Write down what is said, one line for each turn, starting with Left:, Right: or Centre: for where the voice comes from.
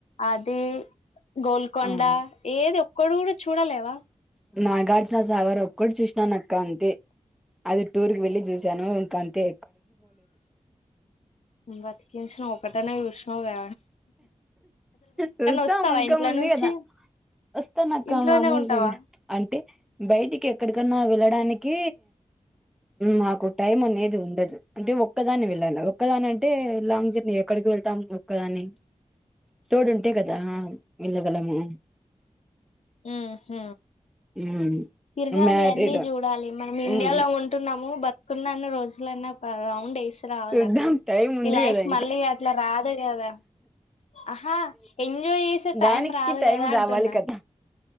Left: అదీ గోల్ కొండా
Centre: అవును
Left: ఏ ఏది ఒక్కట్గుడా చూడలేవా
Centre: నాగార్జున సాగర్ ఒక్కట్ చూసినానక్క అంతే అది టూరుకి వెళ్ళి చూశాను గంతే
Left: బత్కేసిన ఒకట్ టనే చూసినవ్ గా
Centre: చూస్తా
Left: వస్తావా
Centre: ఇంకా
Left: ఇంట్లో
Centre: ఉంది
Left: నుంచి
Centre: కదా వస్తా నక్క
Left: ఇంట్లోనే
Centre: మామలే
Left: ఉంటావా
Centre: అంటే బయటికి ఎక్కడికన్నా వెళ్ళడాని కీ మాకు టైం అనేది ఉండదు. అంటే ఒక్కదాన్నే వెళ్ళాల ఒక్కదాన్ అంటే లాంగ్ జర్నీ ఎక్కడికి వెళ్తాం ఒక్కదాన్ని తోడుంటే కదా వెళ్ళగలము
Left: మ్ హ
Centre: హ్మ్.
Left: తిర్గాలి
Centre: మ్యారీడ్
Left: అన్నీ చూడాలి మనం
Centre: హ్మ్.
Left: ఇండియాలో ఉంటున్నాము బతుకున్నన్ని రోజ్ లన్న పా రౌండ్ ఏసి రావాలక్క
Centre: చూద్దాం టైం ఉంది
Left: ఈ లైఫ్
Centre: కదా ఇంకా
Left: మళ్ళీ అట్ల <unintelligible> అదే కదా ఆహా ఎంజాయ్ చేసే టైం
Centre: దానికి
Left: రాదు
Centre: టైం
Left: కదా అంటున్నా
Centre: రావాలి కదా